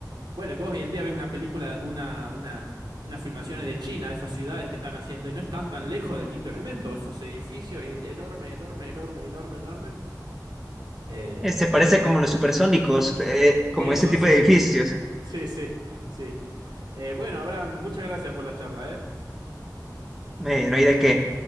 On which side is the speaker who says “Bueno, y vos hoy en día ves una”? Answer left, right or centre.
Right